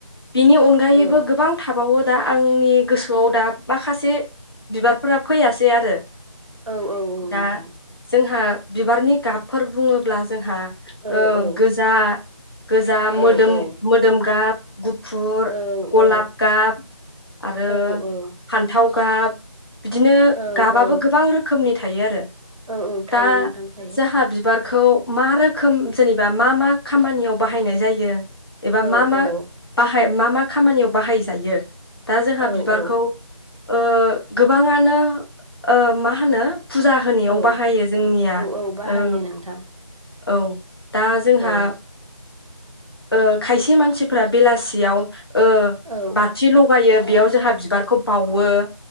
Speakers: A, on the left (about 45°); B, on the right (about 85°).
A: बेनि अनगायैबो
B: औ
A: गोबां थाबावो दा आंनि गोसोआव दा माखासे बिबारफोरा फैयासै आरो।
B: औ औ नोंथां
A: दा जोंहा बिबारनि गाबफोर बुङोब्ला जोंहा
B: औ
A: ओ
B: औ
A: गोजा गोजा
B: औ
A: मोदोम
B: औ
A: मोदोम गाब, गुफुर,
B: औ औ
A: गलाब गाब आरो
B: औ
A: फान्थाव गाब बिदिनो
B: औ
A: गाबाबो गोबां रो खोमनि थायो आरो।
B: औ थायो
A: दा
B: नोंथां थायो
A: जोंहा बिबार खौ मा रोखोम जेनेबा मा मा खामानियाव बाहायनाय जायो एबा
B: औ
A: मा मा
B: औ
A: बाहाय मा मा खामानियाव बाहायजायो, दा जोंहा
B: औ
A: बिबारखौ
B: औ
A: ओ गोबाङानो ओ मा होनो फुजा होनायाव
B: औ
A: बाहायो जोंनिया।
B: औ औ बाहायो
A: ओ
B: नोंथां
A: औ दा जोंहा
B: औ
A: ओ खायसे मानसिफोरा बेलासियाव ओ
B: औ
A: बाथि लगायो बेयाव जोंहा बिबारखौ बाउवो